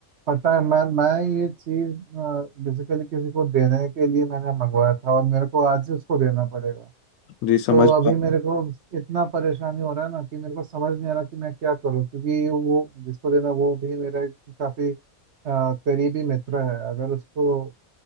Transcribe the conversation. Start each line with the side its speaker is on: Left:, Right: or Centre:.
Right: पता है मैं मैं ये चीज़ बेसिकली किसी को देने के लिए मैंने मंगवाया था और मेरे को आज ही उसको देना पड़ेगा
Left: जी समझ
Right: तो अभी
Left: पा-
Right: मेरे को इतना परेशानी हो रहा है ना कि मेरे को समझ नहीं आ रहा कि मैं क्या करूं क्योंकि वो जिसको देना वो भी मेरा एक काफी अ, करीबी मित्र है अगर उसको